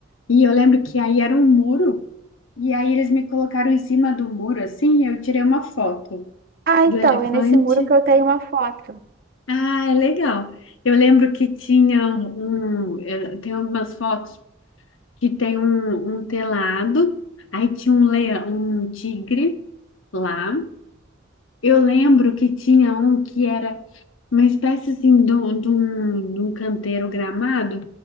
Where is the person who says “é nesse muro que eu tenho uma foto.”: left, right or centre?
Right